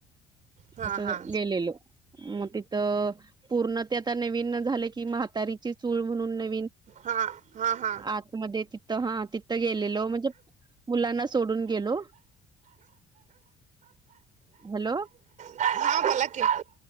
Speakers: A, on the right; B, on the right.
A: हा
B: असं
A: हा
B: गेलेलो. तिथ पूर्ण ते आता नवीन झाले की मह तर इचि चूल म्हणून नवीन
A: हा हा हा
B: आतमध्ये तिथं हा तिथं गेलेलो म्हणजे मुलांना सोडून गेलो. हॅलो
A: हा बोला की?